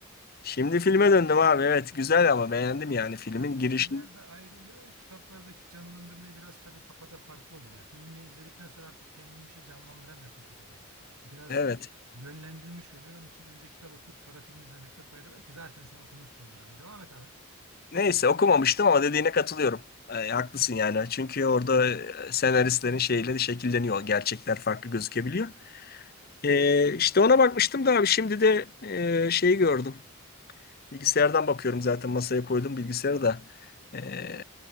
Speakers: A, on the left (about 45°); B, on the right (about 85°).
A: şimdi filme döndüm abi. Evet, güzel ama beğendim yani filmin
B: Tabii filmler
A: girişini.
B: de ayrı oluyor ama kitaplardaki canlandırmayı biraz tabii kafada farklı oluyor. Yani filmi izledikten sonra artık kendin bir şey canlandıramıyorsun kafada. Biraz
A: Evet.
B: yönlendirmiş oluyor. Onun için önce kitap okuyup sonra film izlemekte fayda var ki zaten sen okumuşsundur abi. Devam et abi.
A: Neyse okumamıştım ama dediğine katılıyorum. E, haklısın yani. Çünkü orada e, senaristlerin şeyleri şekilleniyor. Gerçekler farklı gözükebiliyor. Ee, işte ona bakmıştım da abi şimdi de e, şeyi gördüm. Bilgisayardan bakıyorum zaten masaya koydum bilgisayarı da. Ee,